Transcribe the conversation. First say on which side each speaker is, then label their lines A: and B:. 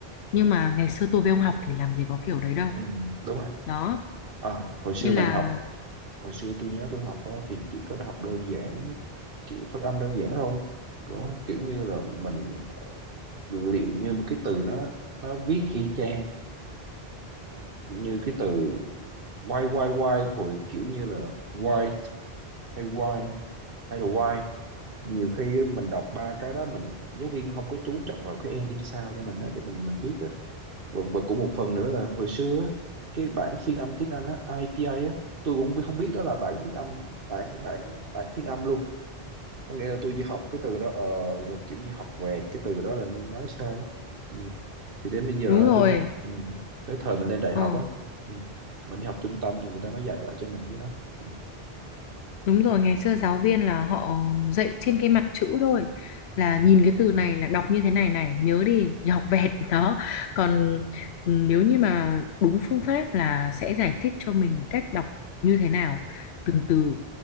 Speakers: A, on the left; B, on the right.
A: nhưng mà ngày xưa tôi với ông học thì làm gì có kiểu đấy đâu
B: ừ, đúng rồi
A: đó
B: à, hồi xưa
A: nên
B: mình
A: là
B: học hồi xưa tôi nhớ tôi học á, thì chỉ có học đơn giản kiểu phát âm đơn giản thôi có kiểu như là mình liệu như một cái từ nó nó viết y chang như cái từ why why why hồi kiểu như là why hay why hay là why nhiều khi á, mình đọc ba cái đó mình giáo viên không có chú trọng vào cái ending sao cho mình á, để mình mình biết á và, và cũng một phần nữa là hồi xưa á, cái bản phiên âm tiếng Anh á IPA á tôi cũng không biết đó là bản tiếng Anh bản bản bản phiên âm luôn có nghĩa là tôi chỉ học cái từ đó ờ, rồi kiểu như học vẹt cái từ đó là nên nói sao á ừ. thì đến bây giờ
A: đúng
B: á,
A: rồi
B: tôi mới ừ. tới thời mình lên đại
A: ờ
B: học á ừ. mình đi học trung tâm thì người ta mới dạy lại cho mình cái đó ừ.
A: Đúng rồi, ngày xưa giáo viên là họ dạy trên cái mặt chữ thôi. Là
B: Ừ.
A: nhìn cái từ này là đọc như thế này này, nhớ đi, nhớ học vẹt <laughs> đó. Còn ừ, nếu như mà đúng phương pháp là sẽ giải thích cho mình cách đọc như thế nào, từng từ